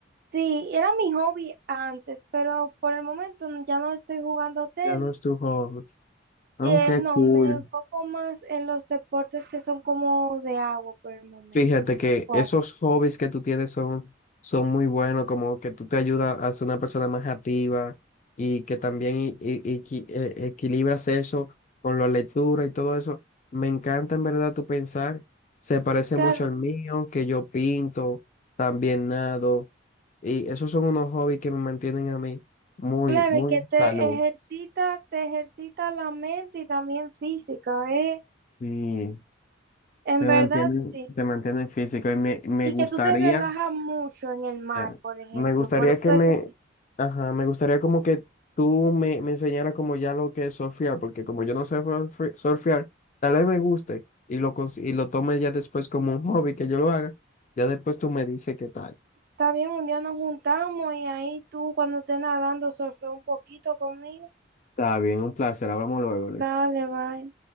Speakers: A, on the right; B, on the left.
A: Sí, era mi hobby antes, pero por el momento no- ya no estoy jugando tenis.
B: Ya no es tu hobby. Ah,
A: Eh,
B: qué
A: no,
B: cool.
A: me enfoco más en los deportes que son como de agua por el momento.
B: Fíjate que
A: acuáticos.
B: esos hobbies que tú tienes son, son muy buenos, como que tú te ayudas a ser una persona más activa y que también i- i- equi- eh, equilibras eso con la lectura y todo eso. Me encanta en verdad tu pensar, se parece
A: Claro,
B: mucho al mío, que yo pinto, también nado, y esos son unos hobbies que me mantienen a mí muy,
A: claro,
B: muy
A: y que
B: en
A: te
B: salud.
A: ejercita, te ejercita la mente y también física, ¿eh?
B: Sí,
A: En
B: te
A: verdad,
B: mantienen,
A: sí.
B: te mantienen físico y me, me
A: Y
B: gustaría.
A: que tú te relajas mucho en el mar,
B: Ya.
A: por ejemplo.
B: Me gustaría
A: Por eso
B: que me,
A: es-
B: ajá, me gustaría como que tú me, me enseñaras como ya lo que es surfear, porque como yo no sé surfe- surfear, tal vez me guste y lo, cons- y lo tome ya después como un hobby que yo lo haga, ya después tú me dices qué tal.
A: está bien, un día nos juntamos y ahí tú cuando estés nadando surfea un poquito conmigo.
B: Está bien, un placer. Hablamos luego, Luis.
A: Dale, bye.